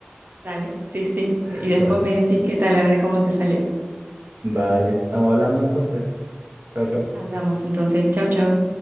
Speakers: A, on the right; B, on the right.
A: Dale, sí, sí.
B: <laughs>
A: Y después
B: Vale,
A: me decís qué tal, a ver cómo te salió.
B: vale, estamos hablando entonces. Chao, chao.
A: Hablamos entonces. Chau, chau.